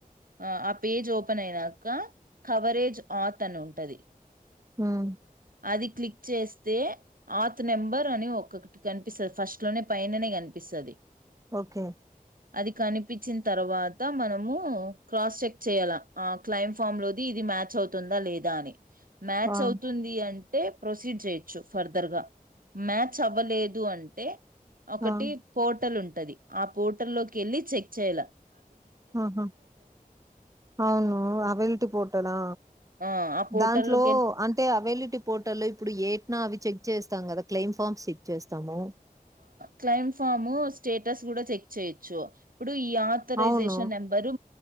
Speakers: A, on the right (about 65°); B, on the right (about 20°).
A: ఆ ఆ పేజ్ ఓపెన్ అయినాక కవరేజ్ ఆత్ అని ఉంటది
B: హ్మ్
A: అది క్లిక్ చేస్తే ఆత్ నెంబర్ అని ఒకటి కనిపిస్తది ఫస్ట్ లోనే పైననే కనిపిస్తది
B: ఓకే.
A: అది కనిపించిన తర్వాత మనము క్రాస్ చెక్ చేయ్యాల ఆ క్లైమ్ ఫామ్ లోది ఇది మ్యాచ్ అవుతుందా లేదా అని. మ్యాచ్
B: ఆ
A: అవుతుంది అం ప్రొసీడ్ చేయొచ్చు ఫర్ ర్దగా మ్యాచ్ అవ్వలేదు అంటే ఒకటి
B: ఆ
A: పోర్టల్ ఉం ఉంటాది ఆ పోర్టల్ లోకెళ్లి చెక్ చేయ్యాల
B: ఆహా అవును అవైలిటీ పోర్టలా
A: ఆ ఆ పోర్టల్లోకి
B: దాంట్లో
A: వెళ్ళి
B: అంటే అవైలిటీ పోర్ట్ ల్లో ఇప్పుడు ఏట్నా అవి చెక్. చేస్తాం కదా క్లెయిమ్ ఫామ్స్ సిక్ చేస్తాము.
A: క్లెయిమ్ ఫాము స్టేటస్ కూడా చెక్ చేయొచ్చు. ఇప్పుడు ఈ ఆథరైజేషన్
B: అవును
A: నెంబరు